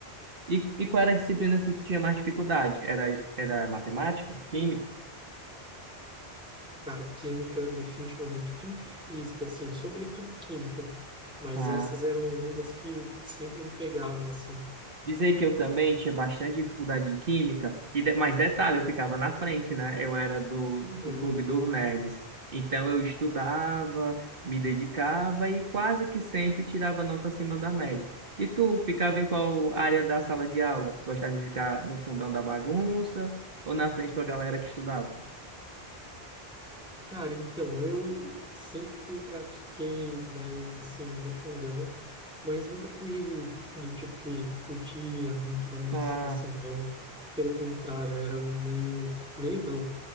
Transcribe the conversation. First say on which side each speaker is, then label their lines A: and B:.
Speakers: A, on the right; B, in the centre.
A: E, e qual era a disciplina que tu tinha mais dificuldade? Era, era matemática, química?
B: Cara, química, definitivamente. Química e física, assim, sobretudo química. Mas
A: Ah,
B: essas eram ambas que sempre me pegavam, assim.
A: dizer que eu também tinha bastante dificuldade em química, e de, mas detalhe, eu ficava na frente, né? Eu era do, do
B: Uhum.
A: clube dos nerds. Então eu estudava, me dedicava e quase que sempre tirava nota acima da média. E tu ficava em qual área da sala de aula? Gostava de ficar no fundão da bagunça ou na frente com a galera que estudava?
B: Cara, então, eu sempre fui o cara que fiquei mais, assim, no fundão. mas nunca fui do tipo que curtia muito bagunçar
A: Ah,
B: assim. Eu, pelo contrário, era meio, meio não,